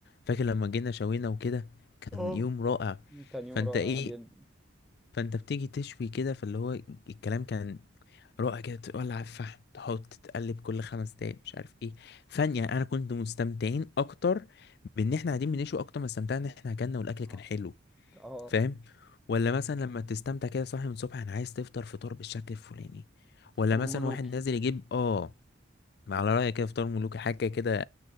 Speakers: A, on the left; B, in the centre.
A: فاكر لما جينا شوينا وكده كان
B: اه
A: يوم رائع
B: كان يوم
A: فانت
B: رائع
A: ايه
B: جدا
A: فانت بتيجي تشوي كده فاللي هو الكلام كان رائع كده تولع الفحم تحط تقلب كل خمس دقايق مش عارف ايه فن يعني انا كنت مستمتعين اكتر بان احنا قاعدين بنشوي اكتر ما استمتعنا ان احنا اكلنا والاكل
B: اه
A: كان حلو
B: آه،
A: فاهم ولا مثلا لما تستمتع كده صاحي من الصبح انا عايز تفطر فطار بالشكل الفلاني
B: فطار
A: ولا مثلا
B: ملوكي
A: واحد نازل يجيب اه على رأيك كده فطار ملوكي حاجه كده